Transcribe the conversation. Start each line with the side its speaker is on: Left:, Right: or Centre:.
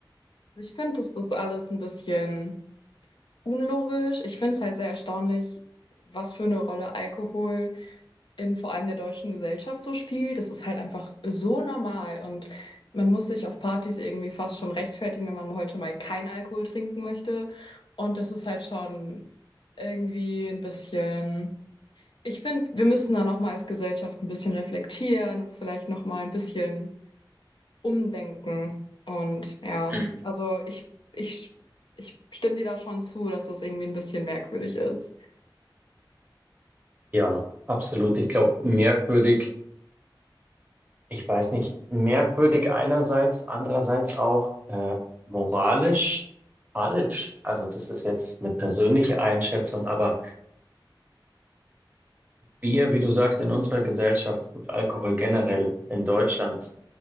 Left: Ich finde, das ist alles ein bisschen unlogisch. Ich finde es halt sehr erstaunlich, was für eine Rolle Alkohol in vor allem der deutschen Gesellschaft so spielt. Das ist halt einfach so normal und man muss sich auf Partys irgendwie fast schon rechtfertigen, wenn man heute mal kein Alkohol trinken möchte. Und das ist halt schon irgendwie ein bisschen. Ich finde, wir müssen da nochmal als Gesellschaft ein bisschen reflektieren und vielleicht nochmal ein bisschen. umdenken. Und ja,
Right: Hm.
Left: also ich, ich, ich stimme dir da schon zu, dass das irgendwie ein bisschen merkwürdig ist.
Right: Ja, absolut. Ich glaube, merkwürdig, ich weiß nicht, merkwürdig einerseits, andererseits auch äh, moralisch falsch. Also das ist jetzt eine persönliche Einschätzung, aber wir, wie du sagst, in unserer Gesellschaft, gut, Alkohol generell in Deutschland